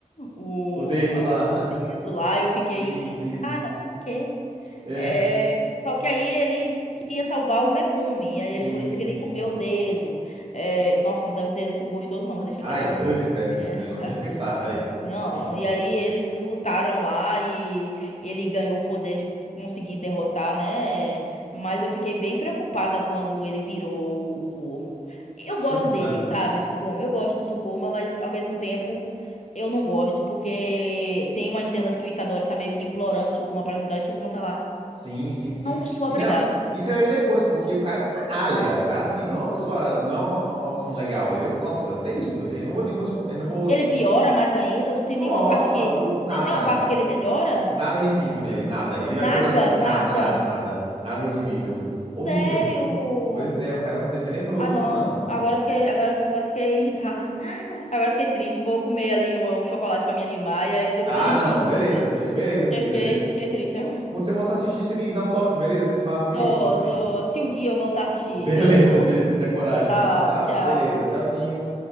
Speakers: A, on the left; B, on the right.
A: o,
B: O dedo
A: a-
B: lá. <laughs>
A: o dedo lá, eu fiquei,
B: Sim, sim.
A: cara, por quê?
B: É,
A: É, só que aí ele queria salvar o Megumi, e aí
B: sim,
A: ele por
B: sim,
A: isso que
B: sim.
A: ele comeu o dedo. É, nossa, não deve ter sido gostoso não, mas deixa
B: Ai,
A: quieto.
B: ugh, credo.
A: <laughs>
B: Credo, Hoje é de pensar. Ai,
A: Não,
B: enfim.
A: e aí eles lutaram lá e ele ganhou o poder de conseguir derrotar, né? Mas eu fiquei bem preocupada quando ele virou o. o- Eu
B: Sukuna.
A: gosto dele, sabe, o Sukuma. Eu gosto do Sukuma, mas ao mesmo tempo eu não gosto, porque tem umas cenas que o Itadori tá meio que implorando o Sukuma pra ajudar e o Sukuma tá lá.
B: Sim, sim, sim.
A: Não sou
B: E
A: obrigado.
B: não, isso você vai ver depois, porque o cara é um canalha. O cara, assim, não é uma pessoa, não é uma, uma maldição legal. Ele é, nossa, terrível. terrível. Eu não vou, nem vou, expo- eu não vou,
A: Ele piora mais ainda, não
B: nossa,
A: tem nenhuma parte que.
B: o
A: Não
B: nada,
A: tem nenhuma parte que ele melhora?
B: Nada é redimível nele, nada. Ele vai
A: Nada,
B: piorando.
A: nada.
B: Nada, nada, nada. Nada é redimível. Horrível.
A: Sério.
B: Pois é, o cara é um te- tenebroso,
A: Ah, não.
B: mano.
A: Agora eu fiquei, agora, agora eu fiquei irritada. <gasps> <laughs> Agora eu fiquei triste. Vou comer ali um, um chocolate pra minha de maia e depois
B: Ah,
A: a gente
B: não,
A: volta.
B: beleza, be- beleza, querida.
A: Eu fiquei,
B: De-
A: fiquei triste agora.
B: Quando você voltar a assistir, você me dá um toque, beleza? Você fala comigo
A: Do,
B: sobre?
A: do, se um dia eu voltar
B: <laughs>
A: a assistir,
B: Beleza,
A: eu vou.
B: beleza, você tem coragem,
A: Pra
B: né? Então tá,
A: lá, tchau.
B: beleza, tchauzinho.